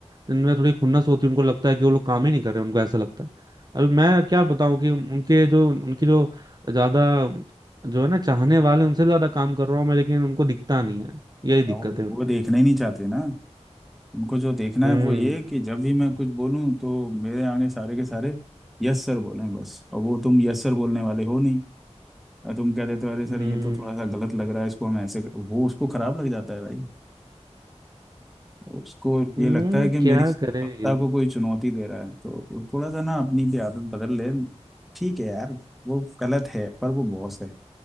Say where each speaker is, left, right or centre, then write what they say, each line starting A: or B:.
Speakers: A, on the right; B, in the centre.
A: इनमें थोड़ी खुन्नस होती है उनको लगता है कि वो लोग काम ही नहीं कर रहे उनको ऐसा लगता है अभी मैं क्या बताऊं कि उनके जो उनकी जो ज्यादा जो है ना चाहने वाले उनसे भी ज्यादा काम कर रहा हूँ मैं लेकिन उनको दिखता नहीं है यही दिक्कत
B: वो
A: है उनको
B: वो देखना ही नहीं चाहते ना उनको जो देखना
A: हम्म
B: है वो ये है कि जब भी मैं कुछ बोलूं तो मेरे आगे सारे के सारे यस सर बोलें बस और वो तुम यस सर बोलने वाले हो नहीं और तुम कह देते हो तो, अरे सर
A: हम्म
B: ये तो थोड़ा सा गलत लग रहा है इसको हम ऐसे कर-" वो उसको खराब लग जाता है भाई उसको
A: हम्म
B: ये लगता है कि मेरी
A: क्या
B: सत्ता
A: करें ये
B: को कोई चुनौती दे रहा है तो वो थोड़ा सा ना अपनी भी आदत बदल ले ठीक है यार वो गलत है पर वो बॉस है